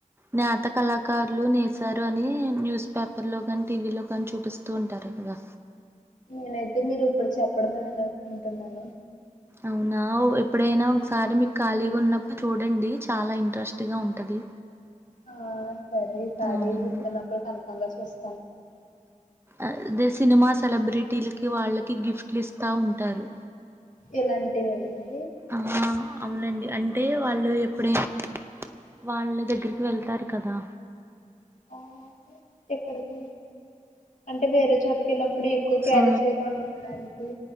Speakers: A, on the right; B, on the left.
A: నేత కళాకారులు నసారి అని న్యూస్ పేపర్లో కనీ టీవీలో కాని చూపిస్తూ ఉంటారు కదా
B: నేనైతే మీరు ఇప్పుడు చెప్పడమే అను అనుకుంటున్నాను
A: అవునా ఎప్పుడైనా ఒకసారి మీకు ఖాళీగున్నప్ చూడండి చాల ఇంట్రెస్ట్గా ఉంటది
B: హ్మ్ సరే ఈ సారి
A: అవునండి
B: గుస్తున్నప్పుడు కల్పంగా చూస్త
A: అదే సినిమా సెలబ్రిటీలకి వాళ్ళకి గిఫ్ట్లు ఇస్తా ఉంటారు
B: ఇలాంటివండి
A: ఆ అవునండి అంటే వాళ్ళు ఎప్పుడైనా వాళ్ళ దగ్గరికి వెళ్తారు కదా
B: ఆ ఇక్కడికి అంటే వేరే చోటుక వెళ్ళప్పుడు ఎక్కువ క్యారీ
A: ఆ
B: చేయకుండా ఉండడానికి